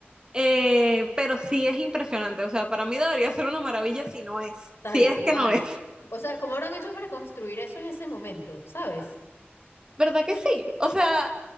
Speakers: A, on the right (about 20°); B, on the left (about 85°).
A: Eh, pero sí es impresionante, o sea, para mí debería ser una maravilla si no es,
B: Tal
A: si es
B: cual.
A: que no es.
B: O sea, ¿cómo habrán hecho para construir eso en ese momento? ¿Sabes?
A: ¿Verdad que sí? O sea,